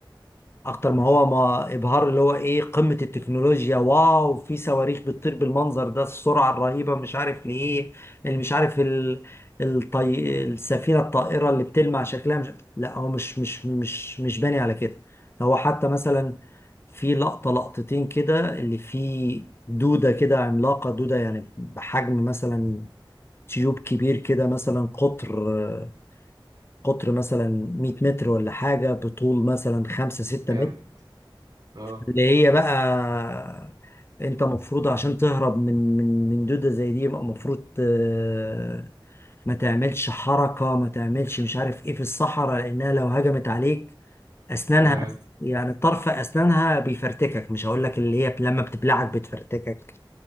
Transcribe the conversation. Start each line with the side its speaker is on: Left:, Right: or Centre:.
Left: اكتر ما هو ما ابهار اللي هو ايه قمة التكنولوجيا واو في صواريخ بتطير بالمنظر ده السرعة الرهيبة مش عارف ليه اللي مش عارف ال... الطي... السفينة الطائرة اللي بتلمع شكلها مش لا هو مش مش مش مش باني على كده هو حتى مثلا في لقطة لقطتين كده اللي فيه دودة كده عملاقة دودة يعني بحجم مثلا تيوب كبير كده مثلا قطر قطر مثلا 100 متر ولا حاجة بطول مثلا 5 6
Right: جامد
Left: متر
Right: اه
Left: اللي هي بقى انت مفروض عشان تهرب من من من دودة زي دي يبقى مفروض آه، ما تعملش حركة ما تعملش مش عارف ايه في الصحراء لانها لو هجمت عليك اسنانها
Right: تمام
Left: بس يعني طرف اسنانها بيفرتكك مش هقول لك اللي هي لما بتبلعك بتفرتكك